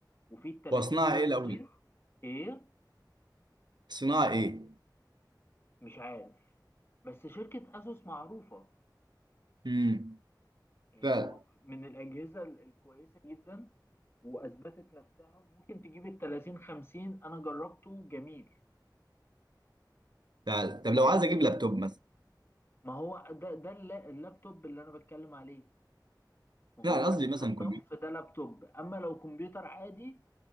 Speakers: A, on the left; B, on the right.
A: وفي ال 30
B: واصنعها
A: 50
B: ايه الاول
A: ايه
B: صناعه ايه
A: مش عارف بس شركه اسوس معروفه
B: امم
A: يعني
B: فعلا
A: هو من الاجهزه ال- الكويسه جدا واثبتت نفسها وممكن تجيب ال 30 50 انا جربته جميل
B: فعلا طب لو
A: آه،
B: عايز اجيب لابتوب مثلا
A: ما هو ده ده اللا- اللابتوب اللي انا بتكلم عليه ما
B: لا
A: هو الاساس
B: انا قصدي مثلا
A: الطف
B: كمبيوتر
A: ده لابتوب اما لو كمبيوتر عادي